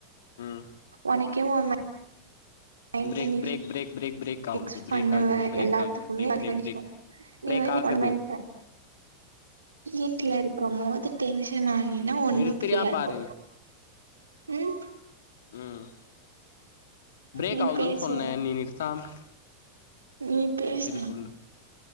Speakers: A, on the left; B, on the right.
A: ம்
B: உனக்கே ஊ மே நைன்த்ல
A: பிரேக்
B: நீஃபி
A: break break break break
B: fix
A: ஆகுது பிரேக்
B: பண்ணுவே
A: ஆகுது பிரேக்
B: எல்லாத்துக்குமே
A: ஆகுது பிரேக்
B: அது
A: பிரேக்
B: கடிக்கோ
A: பிரேக்
B: <unintelligible>
A: பிரேக் ஆகுது
B: வீட்ல இருக்கும் போது டென்ஷன் ஆனினா ஒண்ணோ
A: நிறுத்துறியா
B: புரியாது
A: பாரு
B: ம்
A: ம் பிரேக்
B: நீ
A: ஆவுதுன்னு
B: பேசு
A: சொன்னே நீ நிறுத்தாம
B: நீ பேசு
A: செரி சொல்லு